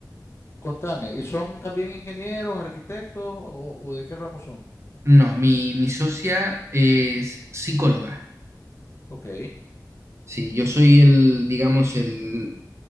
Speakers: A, on the left; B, on the right.
A: Contame, ¿y son también ingenieros, arquitectos o, o de qué ramo son?
B: No, mi, mi socia es psicóloga.
A: Ok.
B: Sí, yo soy el, digamos, el,